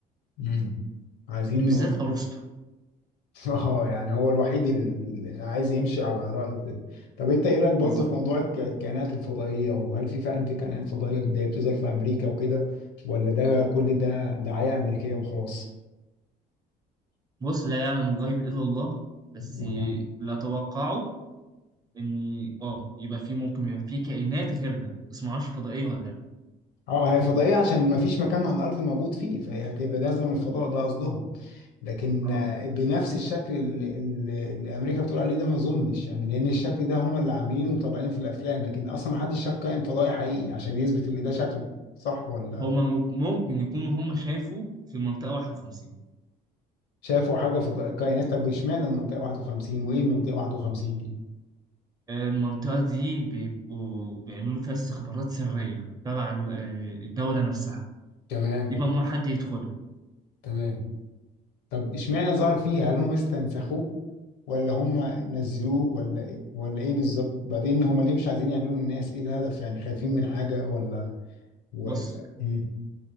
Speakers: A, on the left; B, on the right.
A: امم عايزين
B: بالذات
A: م-
B: ارسطو
A: <laughs> اه يعني هو الوحيد اللي عايز يمشي على رأيه كده طب انت ايه رأيك برضه
B: بالظبط
A: في موضوع الك- الكائنات الفضائية وهل في فعلا في كائنات فضائية اللي هي بتظهر في امريكا وكده ولا ده كل ده دعاية امريكية وخلاص؟
B: بص لا يعلم الغيب الا الله بس
A: وانا
B: لا توقعوا ان اه يبقى في ممكن يبقى في كائنات غيرنا بس ما اعرفش فضائيه ولا لا
A: اه هي فضائية عشان ما فيش مكان على الأرض موجود فيه فهي هتبقى نازلة من الفضاء ده قصدهم لكن
B: أرض.
A: آه، بنفس الشكل اللي, اللي اللي أمريكا بتقول عليه ده ما أظنش يعني لأن الشكل ده هم اللي عاملينه ومطبقينه في الأفلام لكن أصلا ما حدش شاف كائن فضائي حقيقي عشان يثبت اللي ده شكل صح ولا
B: هما مم- ممكن يكونوا هما شافوا في المنطقه 51
A: شافوا حاجة فضائية كائنات طب إشمعنى المنطقة 51 وإيه المنطقة 51 دي؟
B: آه، المنطقه دي بيبقوا بيعملوا فيها استخبارات سريه تبع الو- آه، الدوله نفسها
A: تمام
B: دي ممنوع حد يدخلها
A: تمام طب إشمعنى ظهر فيها هل هم استنسخوه ولا هم نزلوه ولا إيه- ولا ايه بالظبط بعدين هم ليه مش عايزين يعلنوا للناس ايه الهدف يعني خايفين من حاجة ولا و...
B: بص
A: مم.